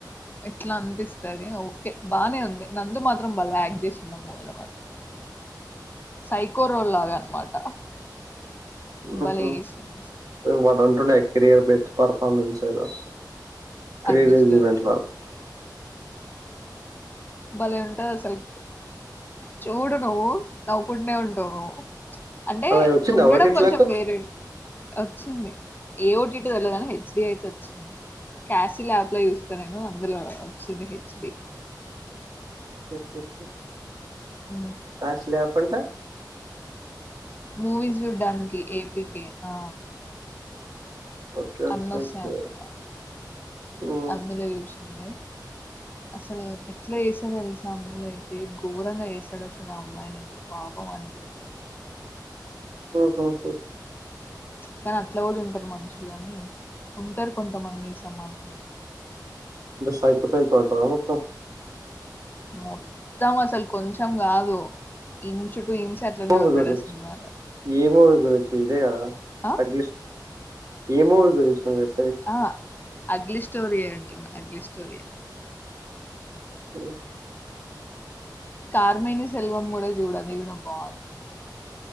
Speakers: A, on the left; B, on the right.
A: ఎట్లా అనిపిస్తుంది ఓకే బాగానే ఉంది నందు మాత్రం బలే యాక్టింగ్ చేసిండు ఈ మూవీ మాత్రం సైకో రోల్ గా అనమాట
B: ఉ
A: భలే
B: హు
A: చేసింది అసలు
B: వాడుంటుండే కెరియర్ బెస్ట్ పర్ఫార్మెన్స్ ఏదో త్రీట్
A: అగ్లీ స్టోరీ
B: ఈవెంట్ల
A: ఆ భలే ఉంటది అసలు చూడు నువ్వు నవ్వుకుంటనే ఉంటావు నువ్వు అంటే
B: అది వచ్చిందా
A: ఉండడం
B: ఓటీటీలకు
A: కొంచెం వేరే వచ్చింది ఏఓటీటి తెలియదు గాని హెచ్డి అయితే వచ్చింది క్యాసిల్ యాప్ లో చూస్తా నేను అందులో వచ్చింది హెచ్డి
B: ఉ హు
A: ఉ
B: క్లాసులో పంటా
A: మూవీస్ చూడ్డానికి ఏపీకి ఆ
B: ఓకే.
A: అన్ని
B: ఓకే.
A: వస్తాయి
B: ఓకే.
A: అనుకుంటా
B: హ్మ్.
A: అందులో చూసిందే అసలు నీ ఎట్లా చేసాడు తెలుసా అందులోయితే ఘోరంగా చేసాడు అసలు ఆ అమ్మాయిని అయితే పాపం అనిపిస్తా
B: హ
A: కానీ అట్లా కూడా ఉంటారు మనుషులుఅని ఉంటారు కొంతమంది సమాజంలా
B: సైకో సైకో అంటారా మొత్తం
A: మొత్తం అసలు కొంచెం కాదు ఇంచు టు ఇంచు అట్లనే ఉంటాడు
B: గదా
A: ఆ సినిమాలో
B: ఏమో గురించి ఇదే గదా
A: ఆ
B: అగలిష్ ఏమో ఇ గురించి మని చెప్పి
A: ఆ అగ్లీ స్టోరీయే అంటున్నా అగ్లి స్టోరీ
B: ఓ
A: కార్మేని సెల్వం కూడా చూడు అదీ కూడా బాగుంది